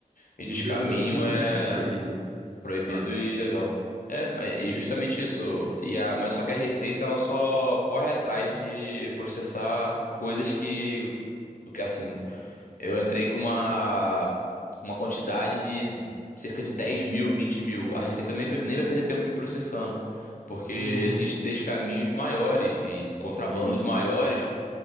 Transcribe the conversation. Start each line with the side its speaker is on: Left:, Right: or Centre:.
Left: E
Right: E
Left: descaminho
Right: o descaminho
Left: é.
Right: é proibido, né?
Left: Proibido
Right: Fale.
Left: e ilegal. É, mas- e justamente isso. E a, mas só que a Receita ela só corre atrás de processar coisas que, do que assim, eu entrei com uma uma quantidade de cerca de dez mil, vinte mil. A Receita nem vai, nem vai perder tempo me processando, porque existe
Right: Uhum.
Left: descaminhos maiores e contrabandos
Right: Isso,
Left: maiores